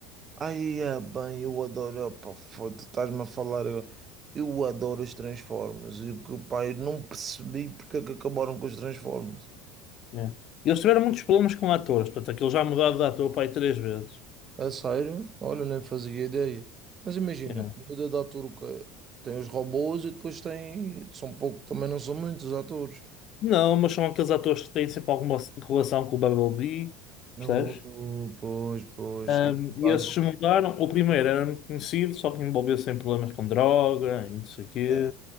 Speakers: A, on the right; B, on the left.
A: aí é bem, eu adoro, opa, foda, estás-me a falar, eu, eu adoro os Transformers, e que, pá, eu não percebi porque é que acabaram com os Transformers.
B: Yeah. Eles tiveram muitos problemas com atores, portanto, aquilo já mudaram de ator para aí três vezes.
A: A sério? Olha, nem fazia ideia. Mas imagina,
B: Yeah.
A: muda de ator o quê? Tem os robôs e depois tem, são pouco, também não são muitos atores.
B: Não, mas são aqueles atores que têm sempre alguma relação com o Bumblebee,
A: Oh,
B: percebes?
A: oh, pois, pois.
B: Um,
A: E quase-
B: e esses se mudaram. O primeiro era muito conhecido, só que envolveu-se em problemas com droga e não sei o quê,
A: É,